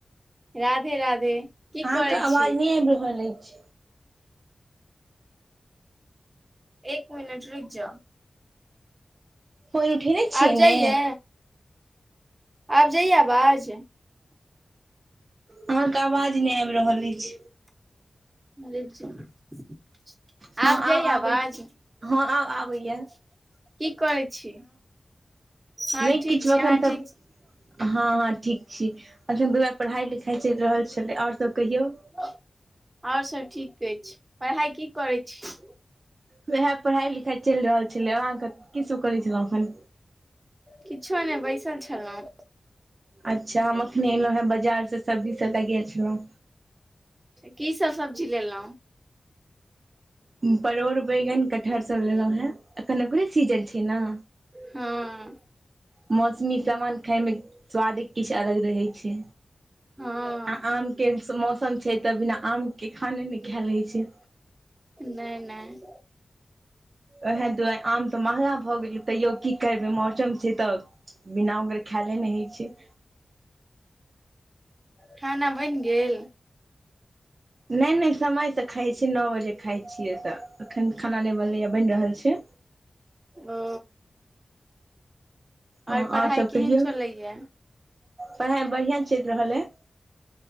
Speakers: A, on the right; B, on the right.
A: राधे राधे। की
B: अहाँके
A: करै
B: आवाज
A: छी
B: नहि आबि रहल अइछ।
A: एक मिनट रूक जाउ।
B: कोल उठेने छियै
A: आब जाइये
B: ने।
A: आब जइया अबाज।
B: अहाँके आवाज नहि आबि रहल अइछ।
A: रूक जाउ।
B: हँ
A: आब जाइ या
B: आबै
A: आवाज की
B: हँ आब आबैया
A: करै छी। हँ
B: नई
A: ठीक
B: किछो
A: छी
B: एखन
A: अहाँ
B: तऽ।
A: ठीक छी
B: हँ हँ ठीक छी एखन दू पढ़ाई लिखाई चलि रहल छलै ओर सब कहियौ।
A: और सब ठीक अइछ पढ़ाई की करै छी।
B: उएह पढ़ाई लिखाई चलि रहल छलै अहाँके। की सब करे छलो अखन।
A: किछो नहि बैसल छलहुँ
B: अच्छा हम अखन एलहुँ हें बाजार से सब्जी सब ले गेल छलहुँ।
A: की सब सब्जी लेलहुँ।
B: परोड़ बैगन कटहर सब लेलहुँ हें एखन ओेकरे सीजन छै ने।
A: हँ।
B: मौसमी सामान खाय मे स्वादे किछ अलग रहे छै
A: हँ
B: आ आम। के मौसम छै तऽ बिना आमके खाने नहि खायएल होय छै।
A: नई नई।
B: उएह दुआरे आम तऽ महगा भऽ गेलै तैयो की करबै मौसम छै तऽ। बिना आम्र खायइले नहि होइ छै।
A: खाना बैन गेल।
B: नहि नहि समयसँ खाइ छियै नौ बजे खाइ छियै त एखन खाना नहि बनैए बनि रहल छै।
A: ओ
B: हँ
A: ओर
B: आओर
A: पढ़ाई
B: सभ
A: केहन
B: कहियौ
A: चलैया।
B: पढ़ाइ बढ़ियाँ चल रहल अय।